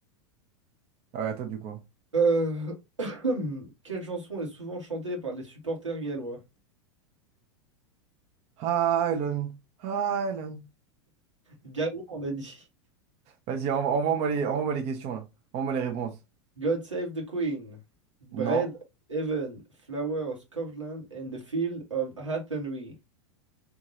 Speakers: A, on the right; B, on the right.
A: Ah ouais, à toi du coup. hein.
B: Euh, <coughs> <clears throat> Quelle chanson est souvent chantée par les supporters gallois?
A: Highland, Highland.
B: Gallois, on a dit.
A: Vas-y, envo- envoie-moi les, envoie-moi les questions là. Envoie-moi les réponses.
B: God Save the Queen, Bread
A: Non.
B: of Heaven, Flower of Scotland and the Field of Athenry.